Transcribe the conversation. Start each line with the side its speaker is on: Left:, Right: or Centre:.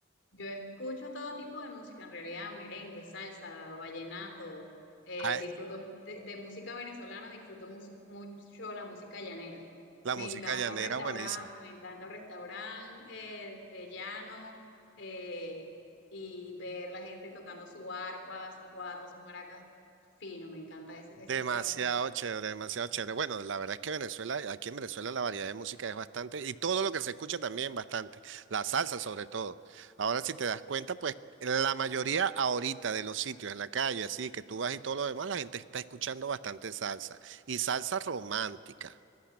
Left: Yo escucho todo tipo de música, en realidad, merengue, salsa, vallenato, eh,
Right: Ay,
Left: disfruto de, de música venezolana, disfruto mus- mucho la música llanera.
Right: la
Left: Me
Right: música
Left: encanta
Right: llanera,
Left: un restaurante,
Right: buenísima.
Left: me encanta un restaurante eh, de llano eh, y ver la gente tocando su arpa, su cuatro, sus maracas, fino, me encanta ese,
Right: Demasiado
Left: ese tipo de música.
Right: chévere, demasiado chévere. Bueno, la verdad es que Venezuela, aquí en Venezuela la variedad de música es bastante y todo lo que se escucha también bastante, la salsa sobre todo. Ahora si te das cuenta, pues la mayoría ahorita de los sitios en la calle, así que tú vas y todo lo demás, la gente está escuchando bastante salsa y salsa romántica.